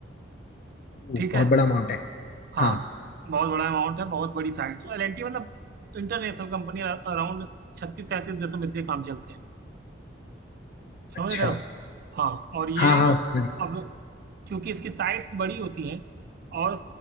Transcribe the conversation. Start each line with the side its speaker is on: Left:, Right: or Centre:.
Left: ओ,
Right: ठीक
Left: बहुत
Right: है
Left: बड़ा अमाउंट है
Right: हाँ
Left: हाँ
Right: बहुत बड़ा अमाउंट है बहुत बड़ी साइट है एलएनटी मतलब इंटरनेशनल कंपनी अराउंड छत्तीस सैंतीस देशों में इसके काम चलते हैं समझ
Left: अच्छा
Right: रहे हो हाँ और ये
Left: हाँ हाँ समझ गया
Right: अब क्योंकि इसकी साइट्स बड़ी होती हैं और